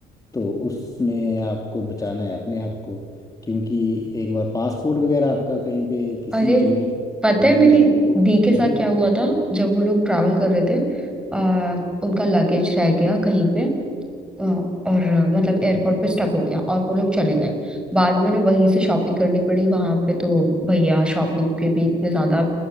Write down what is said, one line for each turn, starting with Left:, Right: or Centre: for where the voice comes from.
Left: तो उसमें आपको बचाना है अपने आप को क्योंकि एक बार पासपोर्ट वगैरह आपका कहीं पे किसी
Centre: अरे
Left: ने चोरी कर
Centre: पता
Left: ले
Centre: है मेरी
Left: गया तो बहुत
Centre: दी के साथ
Left: मुश्किल
Centre: क्या हुआ
Left: होता
Centre: था जब वो लोग ट्रैवल कर रहे थे आ, उनका लगेज रह गया कहीं पे अ, और अ, मतलब एयरपोर्ट
Left: है
Centre: पे स्टक हो गया और वो लोग चले गए बाद में उन्हें वहीं से शॉपिंग करनी पड़ी वहां पे तो भैया शॉपिंग के भी इतने ज्यादा